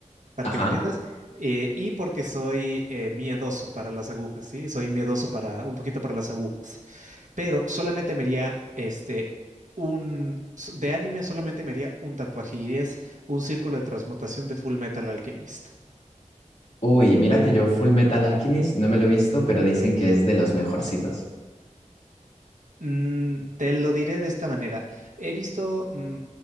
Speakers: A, on the right; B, on the left.
A: para
B: Ajá.
A: que me entiendas, eh, y porque soy eh, miedoso para las agujas, ¿sí? Soy miedoso para un poquito para las agujas, pero solamente me haría este un so- de anime solamente me haría un tatuaje y es un círculo de transmutación de Full Metal Alchemist.
B: Uy, mira que yo Full Metal Alchemist no me lo he visto, pero dicen que es de los mejorcitos.
A: Mm, te lo diré de esta manera. He visto, mm,